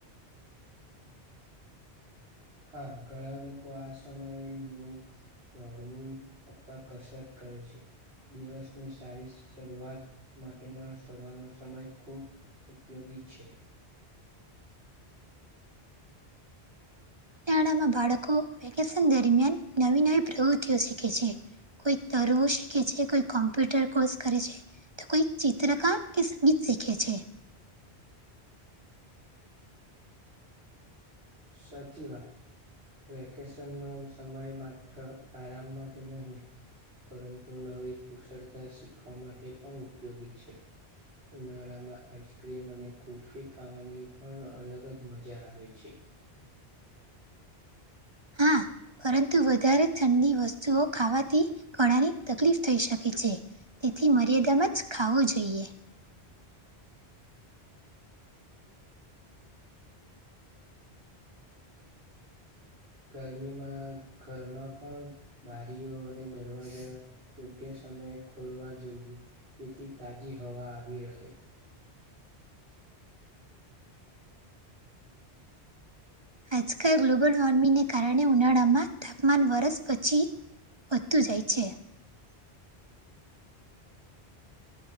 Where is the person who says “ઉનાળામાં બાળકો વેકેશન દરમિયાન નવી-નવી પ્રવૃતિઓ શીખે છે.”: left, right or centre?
Right